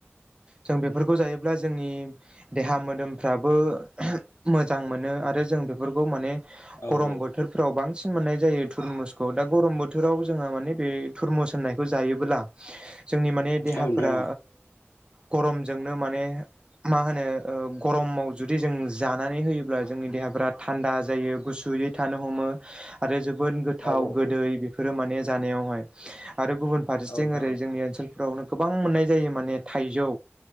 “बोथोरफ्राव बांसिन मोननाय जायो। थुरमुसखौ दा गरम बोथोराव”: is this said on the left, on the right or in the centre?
Right